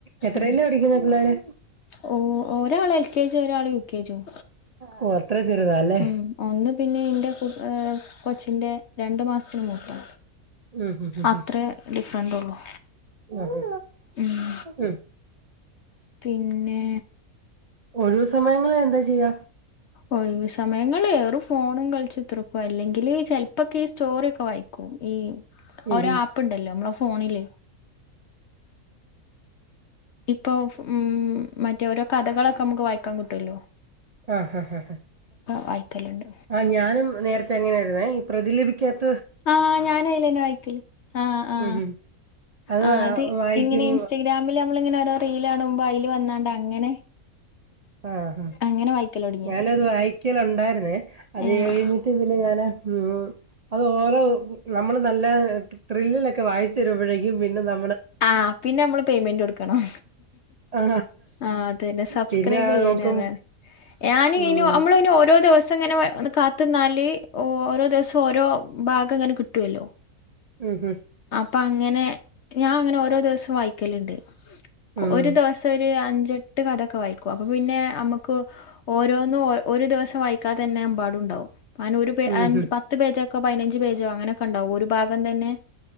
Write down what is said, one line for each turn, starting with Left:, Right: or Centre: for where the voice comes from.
Right: എത്രയിലാ
Left: മ്
Right: പഠിക്കുന്നെ പിള്ളേര്
Left: ഓ ഒരാൾ എൽകെജിം ഒരാൾ യുകെജും
Right: ഓ അത്ര ചെറുതാല്ലേ
Left: മ്മ് ഒന്ന് പിന്നെ ഇൻ്റെ കൊ കൊച്ചിൻ്റെ രണ്ട് മാസ്ത്തിന് മൂത്താ
Right: ഉം ഉം ഉം
Left: അത്രേ ഡിഫ്റന്റൊള്ളു
Right: ഉം ആഹ്
Left: മ്മ്
Right: ഉം
Left: പിന്നെ
Right: ഒഴ്വ്സമയങ്ങളിൽ എന്താ ചെയ്യാ
Left: ഒഴ്‌വ് സമയങ്ങളേറും ഫോണും കള്ച്ചുത്തർക്കും അല്ലെങ്കിൽ ചെല്പ്പൊക്കെ ഈ സ്റ്റോറി ഒക്കെ വായിക്കും ഈ
Right: ഉം
Left: ഓരാ
Right: ഉം
Left: അപ്പ്ണ്ടല്ലോ മ്മളെ ഫോണില് ഇപ്പോ മ്മ് മറ്റേ ഓരോ കഥകളൊക്കെ മ്മക്ക് വായിക്കാൻ കിട്ടൊല്ലോ
Right: ആഹാഹഹ
Left: വായിക്കലുണ്ട്
Right: ആ ഞാനും നേരത്തെ എങ്ങനെയായിരുന്നേ ഈ പ്രതിലപിക്കാത്ത
Left: ആ ഞാനയ്ലന്നെ വായ്ക്കല് ആ ആ
Right: ഉം ഉം
Left: ആഹ്
Right: വാ-
Left: അത്
Right: വായിക്കും
Left: ഇങ്ങനെ ഇൻസ്റ്റാഗ്രാമില് നമ്മള് ഇങ്ങനെ ഓരോ റീലാണുമ്പോ അയ്ല് വെന്നാണ്ട് അങ്ങനെ
Right: ആഹ്ഹാ
Left: അങ്ങനെ വായിക്കല് തൊടങ്ങിയ
Right: ഞാനത് വായിക്കലൊണ്ടായ്ര്ന്നേ അത്
Left: ഏഹ്
Right: കഴിഞ്ഞിട്ട് പിന്നെ ഞാനാ മ്മ് അത് ഓരോ നമ്മള് നല്ല ത്രില്ലിലൊക്കെ വായിച്ച് വരുമ്പോഴേക്കും പിന്നെ ന
Left: ആഹ് പിന്നമ്മള് പേയ്മെന്റൊട്ക്കണം
Right: ആ,
Left: ആഹ് അതന്നെ സബ്സ്
Right: പിന്നെ
Left: ക്രൈബെയ്യാനാണ്
Right: അത് നോക്കും
Left: ഞാനയ്നു
Right: ഉം
Left: മ്മള് പിന്നെ ഓ ഓരോ ദിവസങ്ങനെ വ വന്ന് കാത്ത്ന്നാല് ഓരോ ദിവസം ഓരോ ഭാഗം ങ്ങനെ കിട്ടുവല്ലോ
Right: ഉം ഹം
Left: അപ്പം അങ്ങനെ ഞാൻ അങ്ങനെ ഓരോ ദിവസൊം വായിക്കല്ല്ണ്ട്
Right: ഉം
Left: ഒരു ദിവസം ഒരു അഞ്ച് അെട്ട് കഥൊക്കെ വായിക്കും അപ്പൊ പിന്നെ നമ്മുക്ക് ഓരോന്നും ഒരു ദിവസം വായിക്കാതന്നെമ്പാടുണ്ടാവും അന ഒരു
Right: ഉം ഉം
Left: പത്ത് പേജൊക്കോ പതിനഞ്ച് പേജോ അങ്ങനെയൊക്കെണ്ടാവും ഒരു ഭാഗം തന്നെ